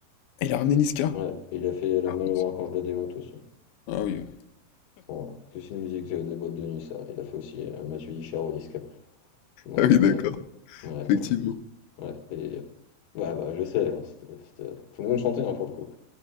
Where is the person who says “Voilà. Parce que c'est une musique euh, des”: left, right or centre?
Left